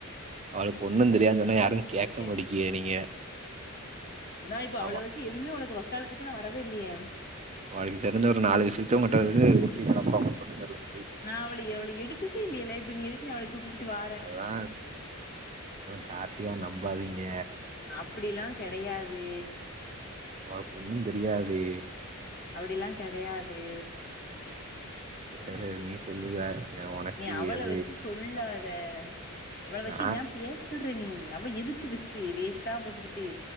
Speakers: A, on the right; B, on the left.
A: அவளுக்கு ஒண்ணும் தெரியாது னு சொன்னா யாரு கேக்க
B: சேரி
A: மாட்டக்கீங்க
B: சேரி
A: நீங்க
B: நா இப்ப அவள
A: ஆமா
B: வச்சு எதுவுமே உனக்கு வக்காலத்துக்கே நா வரவே இல்லையே
A: ஒனக்கு தெரிஞ்ச ஒரு நாலு விஷயத்த ஒங்கிட்ட விடு ஒட்டிட்டு கெடப்பா ஒனக்கு ஒன்னு தெரிலன்னு சொல்லி
B: நா அவள அவளய எடுக்குவே இல்லையே லைப்ல இப்ப எதுக்கு நீ அவள தூக்கிகிட்டு வா
A: அதா கார்த்திய நம்பாதீங்க
B: அப்டிலா கெடையாது
A: ஒனக் ஒண்ணு தெரியாது
B: அப்டிலா கெடையாது
A: பெறகு நீ சொல்லுவ ஏ ஒனக்கு
B: நீ அவள
A: எது
B: வச்சு சொல்லாத அவள வச்சு
A: நா
B: ஏ பேஸ் வித்தரு நீ அவ எதுக்கு விஸ்ட்டு வேஸ்ட்டா போட்டுக்கிட்டு